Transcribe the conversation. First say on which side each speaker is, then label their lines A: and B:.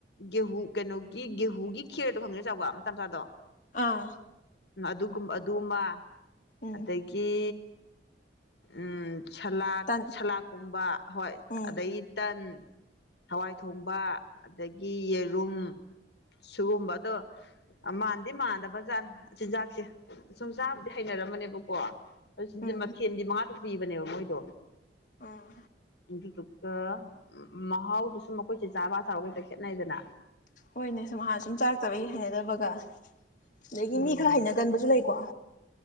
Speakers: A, on the left (about 65°); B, on the left (about 45°).
A: ꯒꯦꯍꯨ ꯀꯩꯅꯣꯒꯤ ꯒꯦꯍꯨꯒꯤ ꯈꯦꯔꯗꯣ ꯈꯪꯒꯅꯤ ꯆꯥꯎꯕ ꯃꯆꯥ ꯃꯆꯥꯗꯣ
B: ꯑꯥ
A: ꯎ ꯑꯗꯨꯒꯨꯝ ꯑꯗꯨꯃ
B: ꯎꯝ
A: ꯑꯇꯩꯗꯒꯤ ꯎꯝ ꯁꯂꯥꯗ
B: ꯇꯟ
A: ꯁꯂꯥꯗꯀꯨꯝꯕ ꯍꯣꯏ
B: ꯎꯝ
A: ꯑꯗꯗꯒꯤ ꯇꯟ ꯍꯋꯥꯏ ꯊꯣꯡꯕ ꯑꯗꯒꯤ ꯌꯦꯔꯨꯝ ꯁꯤꯒꯨꯝꯕ ꯑꯗꯣ ꯑꯃ ꯑꯗꯨꯗꯤ ꯃꯥꯟꯗꯕꯥꯖꯥꯠꯅꯦ ꯆꯤꯟꯖꯥꯛꯁꯦ ꯁꯨꯝ ꯆꯥꯕꯨꯗꯤ ꯍꯩꯅꯅꯔꯝꯃꯅꯦꯕ ꯀꯣ ꯑꯗꯨ ꯁꯤꯁ
B: ꯎꯝ
A: ꯃꯊꯦꯜꯗꯤ ꯃꯉꯥꯗ ꯄꯤꯕꯅꯦꯕ ꯃꯣꯏꯗꯣ
B: ꯑꯣ
A: ꯑꯗꯨꯗꯨꯒ ꯃꯍꯥꯎꯗꯨꯁꯨꯨꯝ ꯃꯈꯣꯏꯁꯦ ꯆꯥꯕ ꯊꯥꯕꯒꯩꯛꯇ ꯈꯦꯠꯅꯩꯗꯅ
B: ꯍꯣꯏꯅꯦ ꯁꯨꯝ ꯍꯥꯟꯅ ꯁꯨꯝ ꯆꯥꯔꯛꯇꯕꯒꯤ ꯍꯩꯅꯗꯕꯒ ꯑꯗꯒꯤ
A: ꯎꯝ
B: ꯃꯤ ꯈꯔ ꯍꯩꯅꯒꯟꯕꯁꯨ ꯂꯩꯀꯣ